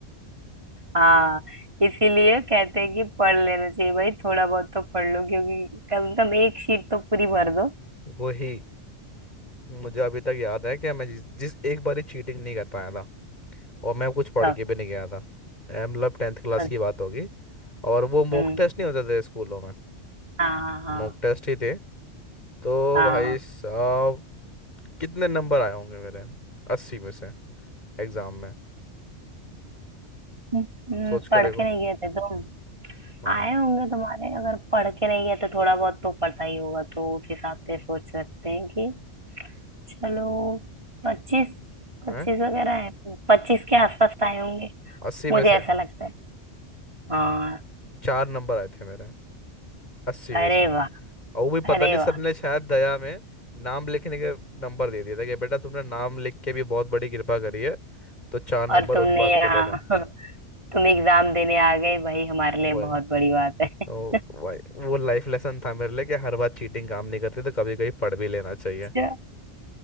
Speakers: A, on the right; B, on the left.
A: हाँ इसीलिए कहते हैं कि पढ़ लेना चाहिए भाई थोड़ा बहुत तो पढ़ लो क्योंकि कम से कम एक शीट तो पूरी भर दो
B: वही मुझे अभी तक याद है कि मैं जिस जिस एक बार ही चीटिंग नहीं कर पाया था और मैं कुछ पढ़
A: कब
B: के भी नहीं गया था ए, मतलब टेंथ क्लास
A: हद-
B: की बात होगी और वो
A: हम्म
B: मॉक टेस्ट नहीं होते थे स्कूलों में
A: हाँ हाँ हाँ
B: मॉक टेस्ट ही थे तो
A: हाँ।
B: भाई साहब कितने नंबर आए होंगे मेरे अस्सी में से एग्जाम में
A: हम्म,
B: सोच के
A: पढ़
B: देखो
A: के नहीं गए थे तुम
B: हाँ
A: आए होंगे तुम्हारे अगर पढ़ के नहीं गए तो थोड़ा बहुत तो पता ही होगा तो उस हिसाब से सोच सकते हैं कि चलो पच्चीस पच्चीस
B: हैं
A: वगैरह है पच्चीस के आसपास आए होंगे
B: अस्सी
A: मुझे
B: में
A: ऐसा
B: से
A: लगता है हाँ
B: चार नंबर आए थे मेरे अस्सी में
A: अरे
B: से
A: वाह
B: और वो भी पता
A: अरे
B: नहीं
A: वाह
B: सर ने शायद दया में नाम लिखने के नंबर दे दिया था कि बेटा तुमने नाम लिख के भी बहुत बड़ी कृपा करी है तो चार नंबर
A: और तुमने
B: उस बात
A: यहाँ
B: के लेना
A: <laughs> तुम एग्जाम देने आ गए भाई हमारे
B: वो
A: लिए
B: है
A: बहुत बड़ी बात है <laughs>
B: और भाई वो लाइफ लेसन था मेरे लिए कि हर बार चीटिंग काम नहीं करती तो कभी कभी पढ़ भी लेना चाहिए
A: अच्छा,